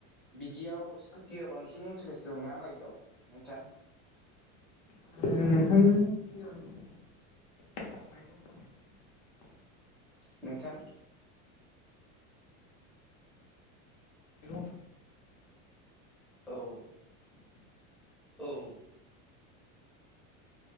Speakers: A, in the centre; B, on the left (about 55°).
A: बिदियाव स्कुटियाव बांसिन इन्ट्रेस्ट दंना बाइकआव नोंथां।
B: नोंथांनि सिगां माइगं बांसिन <inaudible>
A: नोंथां
B: हयौ <inaudible>
A: औ औ।